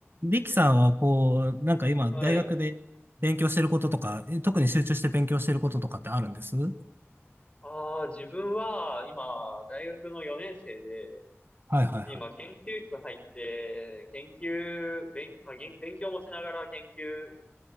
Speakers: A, on the right (about 50°); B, on the left (about 25°).
A: リキさんはこう、なんか今、
B: はい。
A: 大学で勉強してることとか、え特に集中して勉強してることとかってあるんですはい
B: ああ、自分は今、大学の4年生で、
A: はいはい。
B: で今、研究室入って、研究、勉、まあ、げん勉強もしながら研究っ